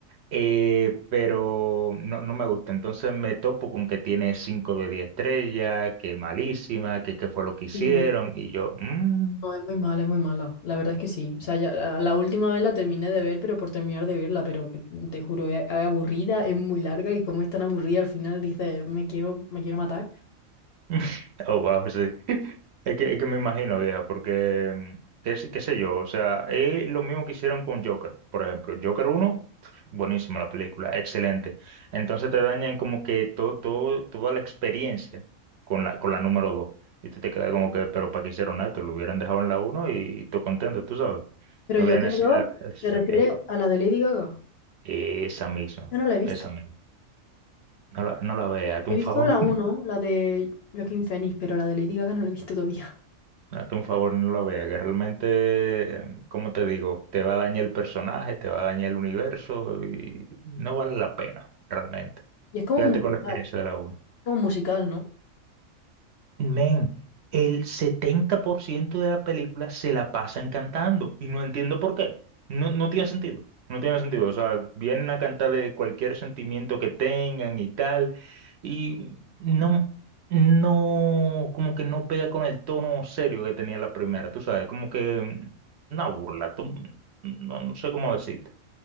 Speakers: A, on the right; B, on the left.
A: Eh, pero no, no me gusta. Entonces me topo con que tiene 5 de 10 estrellas, que malísima, que qué fue lo que hicieron.
B: Sí.
A: Y yo, "Mm,
B: No, es muy mala, es muy mala. La verdad es que sí. O sea, ya- la la última vez la terminé de ver, pero por terminar de verla, pero que- te juro, es, es aburrida, es muy larga y como es tan aburrida al final dices, me quiero, me quiero matar.
A: <laughs> Oh, wow, sí. Es que, es que me imagino, vieja, porque, qué, sé qué sé yo, o sea, es lo mismo que hicieron con Joker, por ejemplo. Joker uno, buenísima la película, excelente. Entonces te dañan como que to- to- toda la experiencia con la, con la número 2. Y tú te quedas como que, pero ¿para qué hicieron esto? Lo hubieran dejado en la uno y tú contento, tú sabes.
B: Pero
A: No
B: yo
A: había
B: creo,
A: necesidad de hacer ese
B: ¿te refieres
A: fiasco.
B: a la de Lady Gaga?
A: Esa misma,
B: Yo no la he visto.
A: esa misma. No la, no la veas, hazte
B: He
A: un
B: visto
A: favor.
B: la uno, la de Joaquín Phoenix, pero la de Lady Gaga no la he visto todavía.
A: Hazte un favor, no lo veas, que realmente, em, como te digo, te va a dañar el personaje, te va a dañar el universo y no vale la pena, realmente.
B: Y es como
A: Quédate
B: un musical,
A: con la experiencia de la uno.
B: como un musical, ¿no?
A: Men, el 70% de la película se la pasan cantando y no entiendo por qué. No, no tiene sentido. No tiene sentido. O sea, vienen a cantarle cualquier sentimiento que tengan y tal. Y no, no, como que no pega con el tono serio que tenía la primera, tú sabes, como que mm, una burla, tú, mm, no, no sé cómo decirte.